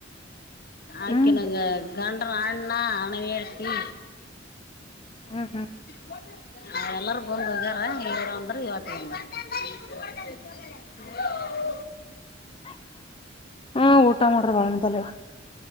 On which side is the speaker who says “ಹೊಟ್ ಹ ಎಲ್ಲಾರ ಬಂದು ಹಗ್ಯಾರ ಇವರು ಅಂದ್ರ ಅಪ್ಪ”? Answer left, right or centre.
Left